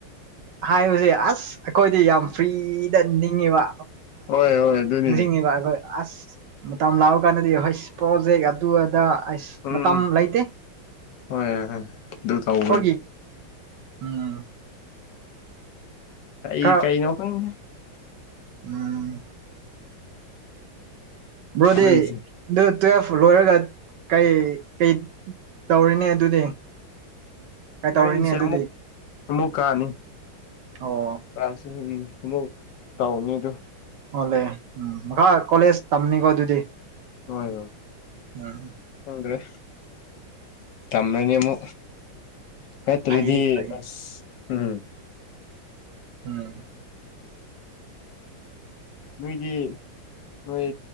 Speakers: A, on the right; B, on the left.
A: ꯍꯥꯏꯁ ꯑꯁ ꯀꯣꯏ ꯗꯤ ꯌꯥꯝ ꯐ꯭ꯔꯤꯗ ꯅꯤꯡꯉꯤꯕ
B: ꯍꯣꯏ ꯍꯣꯏ ꯑꯗꯨꯅꯤ
A: ꯅꯤꯡꯁꯤꯡꯉꯤꯕ ꯑꯩꯈꯣꯏ ꯑꯁ ꯃꯇꯝ ꯂꯥꯛꯑ ꯀꯥꯟꯗꯗꯤ ꯍꯣꯏꯁ ꯄ꯭ꯔꯣꯖꯦꯛ ꯑꯗꯨ ꯑꯗ ꯑꯁ
B: ꯎꯝ
A: ꯃꯇꯝ ꯂꯩꯇꯦ
B: ꯍꯣꯏ ꯑꯗꯨ ꯇꯒꯅꯤ
A: ꯑꯩꯈꯣꯏꯒꯤ ꯎꯝ
B: ꯀꯩ
A: ꯈꯔ
B: ꯀꯩ ꯅꯈꯔꯤ
A: ꯎꯝ ꯕ꯭ꯔꯣꯗꯤ
B: ꯑꯩꯁꯦ
A: ꯑꯗꯨ ꯇꯨꯌꯦꯦꯜꯐ ꯂꯣꯏꯔꯒ ꯀꯩ ꯀꯩ ꯇꯧꯔꯤꯅꯦ ꯑꯗꯨꯗꯤ ꯀꯩ ꯇꯧꯔꯤꯅꯦ
B: ꯑꯩꯁꯦ
A: ꯑꯗꯨꯗꯤ
B: ꯑꯃꯨꯛ ꯑꯃꯨꯛ ꯀꯥꯅꯤ
A: ꯑꯣ
B: ꯆꯥꯁ ꯎꯝ ꯑꯃꯨꯛ ꯇꯧꯅꯤ ꯑꯗꯨ
A: ꯑꯣꯂꯦ ꯎꯝ ꯃꯈꯥ ꯀꯣꯂꯦꯖ ꯇꯝꯅꯤꯀꯣ ꯑꯗꯨꯗꯤ
B: ꯍꯣꯏ
A: ꯎꯝ
B: ꯍ ꯎ꯭ꯔ ꯇꯃꯦꯅꯤꯃꯨ ꯍꯠꯇꯔꯤꯗꯤ
A: ꯐꯩ ꯐꯩ
B: ꯑ ꯎꯝ
A: ꯎꯝ
B: ꯅꯣꯏꯒꯤ ꯅꯣꯏ